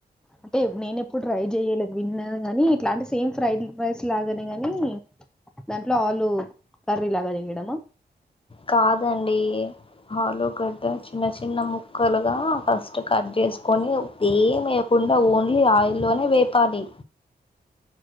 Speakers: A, in the centre; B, on the left (about 30°).
A: అంటే నేను ఎప్పుడు ట్రై చేయలేదు. విన్నా కానీ ఇట్లాంటే సేమ్ ఫ్రైడ్ రైస్ లాగానే కానీ, దాంట్లో ఆలు కర్రీ లాగా చేయడమా
B: కాదండి. ఆలుగడ్డ చిన్న చిన్న ముక్కలుగా ఫస్ట్ కట్ చేసుకొని, ఏం వేయకుండా, ఓన్లీ ఆయిల్లోనే వేపాలి.